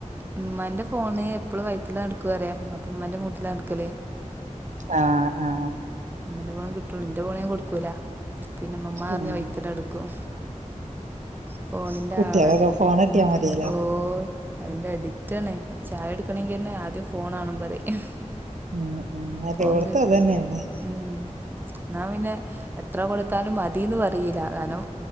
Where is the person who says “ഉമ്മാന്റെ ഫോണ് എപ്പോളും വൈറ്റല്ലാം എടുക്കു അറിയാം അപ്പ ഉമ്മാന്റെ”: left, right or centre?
Right